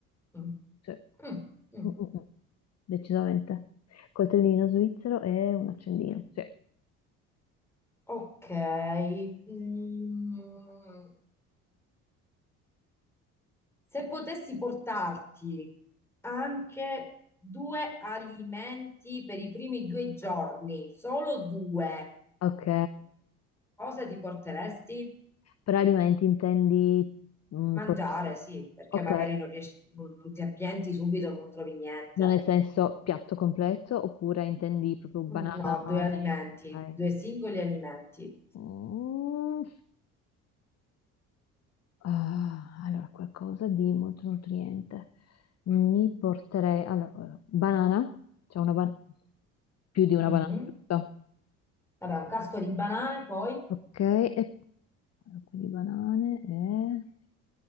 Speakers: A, in the centre; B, on the left.
A: Mm.
B: Cioè,
A: Mm, mm.
B: mm, mm, mm, decisamente. Coltellino svizzero e un accendino. Sì.
A: Ok. Mm. Se potessi portarti anche due alimenti per i primi due giorni, solo due,
B: Ok.
A: cosa ti porteresti?
B: Per alimenti intendi... mm,
A: Mangiare,
B: proprio- sì.
A: sì, perché
B: ok,
A: magari non riesci, non, non ti appienti subito, non trovi niente.
B: non nel senso piatto completo oppure intendi proprio banana,
A: Mm, No,
B: ame-
A: due alimenti,
B: ok.
A: due singoli alimenti.
B: Mm, ah, allora, qualcosa di molto nutriente. Mi porterei... Allora, allora, banana, c'è una banana, più di una
A: Mhm.
B: banana, giusto?
A: Vabbè, un casco di banane, poi.
B: Ok, e allora, quindi banane e